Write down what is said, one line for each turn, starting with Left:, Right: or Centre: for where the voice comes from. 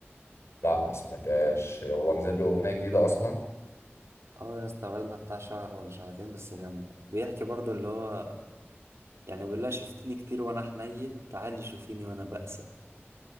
Left: لا ما سمعتهاش هو نزل له أغنية
Right: <laughs>
Left: جديدة أصلا
Right: اه يا اسطى بقالها بتاع شهر ولا شهرين بس جامدة بيحكي برضو اللي هو يعني بيقول لها شفتيني كتير وأنا حنين تعالي شوفيني وأنا بأسى